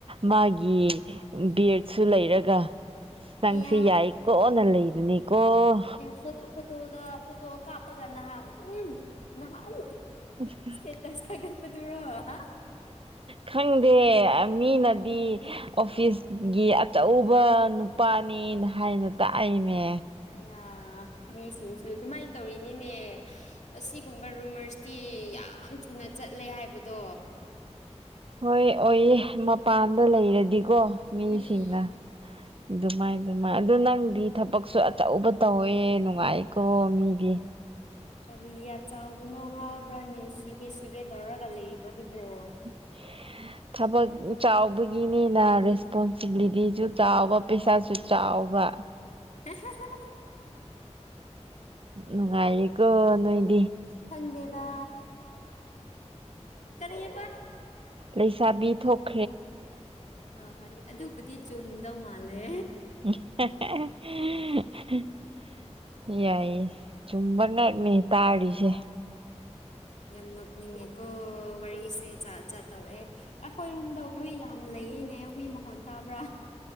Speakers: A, on the right (about 50°); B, on the left (about 80°).
A: ꯃꯥꯒꯤ ꯕꯦꯛꯁꯨ ꯂꯩꯔꯒ ꯅꯪꯁꯤ
B: ꯑꯌꯥ
A: ꯌꯥꯏꯀꯣꯅ ꯂꯩꯕꯅꯤꯀꯣ
B: ꯐ <inaudible> ꯐꯣꯇꯣꯗ ꯐꯣꯇꯣ ꯀꯥꯞꯄꯒ ꯅꯍꯥꯥꯟ ꯎꯝ ꯅꯍꯥꯟ꯫
A: <inaudible>
B: ꯇꯦꯇꯁ ꯊꯥꯒꯠ ꯄꯗꯨꯔꫭ ꯍꯥ꯫
A: ꯈꯪꯗꯦ ꯃꯤꯅꯗꯤ꯫ ꯑꯣꯐꯤꯁꯒꯤ ꯑꯆꯧꯕ ꯅꯨꯄꯥꯅꯤꯅ ꯍꯥꯏꯅ ꯇꯥꯏꯌ‌ꯦꯅꯦ꯫
B: ꯑꯌꯥ ꯃꯤꯁꯤꯡꯁꯨ ꯑꯗꯨꯃꯥꯏ ꯇꯧꯔꯤꯅꯤꯅꯦ꯫ ꯑꯁꯤꯒꯨꯝꯕ ꯔꯨꯃꯔꯁꯇꯤ ꯌꯥꯝ ꯊꯨꯅ ꯆꯠꯂꯦ ꯍꯥꯏꯕꯗꯣ꯫
A: ꯍꯣꯏ ꯑꯣꯏꯌꯦ ꯃꯄꯥꯟꯗ ꯂꯩꯔꯗꯤꯀꯣ ꯃꯤꯁꯤꯡꯅ꯫
B: ꯎꯝ
A: ꯑꯗꯨꯃꯥꯏꯅ ꯑꯗꯨꯃꯥꯏꯅ ꯑꯗꯨ ꯅꯪꯗꯤ ꯊꯕꯛꯁꯨ ꯑꯆꯧꯕ ꯇꯧꯋꯦ ꯅꯨꯡꯉꯥꯏꯀꯣ ꯃꯤꯗꯤ꯫
B: ꯀꯔꯤꯒꯤ ꯆꯥꯎꯕꯅꯣ ꯉꯥꯎꯕ꯭ꯔꯥꯅꯦ ꯁꯤꯒꯦ ꯁꯤꯒꯦ ꯇꯧꯔꯒ ꯂꯩꯔꯤꯕꯗꯨꯕꯣ
A: <inaudible> ꯊꯕꯥꯛ ꯆꯥꯎꯕꯒꯤꯅꯤꯅꯥ ꯔꯦꯁꯄꯣꯟꯁꯤꯕꯤꯂꯤꯇꯤꯁꯨ ꯆꯥꯎꯕ ꯄꯩꯁꯥꯁꯨ ꯆꯥꯎꯕꯥ
B: <inaudible>
A: ꯅꯨꯉꯥꯏꯔꯦꯀꯣ ꯅꫭꯏ
B: ꯈꯪꯗꯦꯗ <inaudible> ꯀꯔꯤꯕ
A: ꯂꯩꯁꯥꯕꯤ ꯊꯣꯛ
B: ꯑꯥ ꯍꫭꯏ ꯑꯗꯨꯕꯨꯗꯤ ꯆꯨꯝꯗꯧ ꯃꯥꯜꯂꯦ
A: <inaudible> ꯌꯥꯏꯌꯦ ꯆꯨꯝꯕ ꯉꯥꯛꯅꯦ ꯇꯥꯔꯤꯁꯦ
B: ꯌꯥꯝ ꯅꯣꯛꯅꯤꯡꯉꯦꯀꯣ ꯋꯥꯔꯤꯁꯦ ꯖꯥꯠ ꯖꯥꯠ ꯇꯧꯔꯛꯑꯦ ꯑꯩꯈꯣꯏꯔꯣꯝꯗ ꯍꯨꯏ ꯌꯥꯝ ꯂꯩꯌꯦꯅꯦ ꯍꯨꯏ ꯃꯈꯣꯟ ꯇꯥꯕ꯭ꯔꯥ